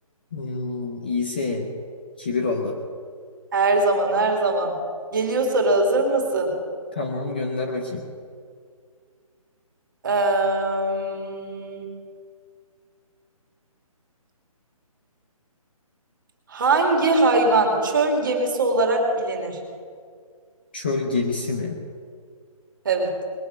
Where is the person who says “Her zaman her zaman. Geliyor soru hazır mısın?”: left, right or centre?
Right